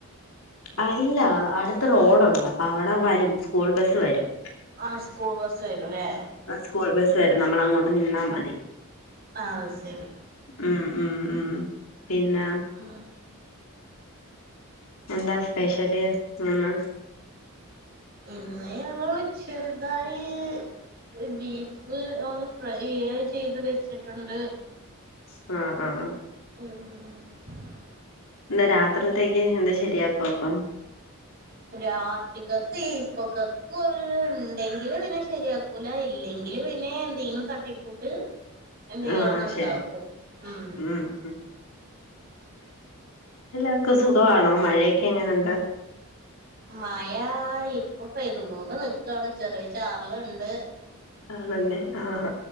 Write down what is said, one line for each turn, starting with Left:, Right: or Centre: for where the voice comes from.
Left: ആഹ് ഇല്ല അടുത്ത് റോഡുണ്ട് അപ്പം അവിടെ വരും സ്കൂൾ ബസ് വരും.
Right: ആഹ് സ്കൂൾ ബസ് വരുംല്ലേ
Left: അ സ്കൂൾ ബസ് വരും നമ്മൾ അങ്ങോട്ട് നിന്നാ മതി
Right: ആഹ് ശരി
Left: ഉം ഉം ഉം പിന്നാ
Right: <unintelligible>
Left: എന്താ സ്പെഷ്യല് ഇന്ന്
Right: ഇന്ന് ഞങ്ങള് ചെറുതായി ഒരു ബീഫ് ഒന്ന് ഫ്രൈ ചെയ്ത് ചെയ്ത് വെച്ചിട്ടുണ്ട്
Left: അ ആ ആഹ്
Right: <inaudible>
Left: എന്താ രാത്രിത്തേക്ക് എന്ത് ശരിയാക്കും അപ്പം
Right: രാത്രികക്ക് ഇപ്പൊക്കക്കു ഇണ്ടെങ്കില് പിന്നെ ശരിയാക്കൂല ഇല്ലെങ്കില് വെ നെ എന്തെങ്കിലും തട്ടിക്കൂട്ട് എന്തെങ്കിലും
Left: ആഹ്
Right: ഒന്ന് ഒണ്ടാക്കും
Left: ശരി
Right: ഉം
Left: ഉം ഉം എല്ലാവർക്കും സുഖം ആണോ മഴയെക്കെ എങ്ങനെയൊണ്ട്
Right: മയ ഇപ്പം പെയ്തു കൊണ്ട് നിക്കാണ് ചെറിയ ചാറല് ഇണ്ട്
Left: ആണല്ലേ ആഹ്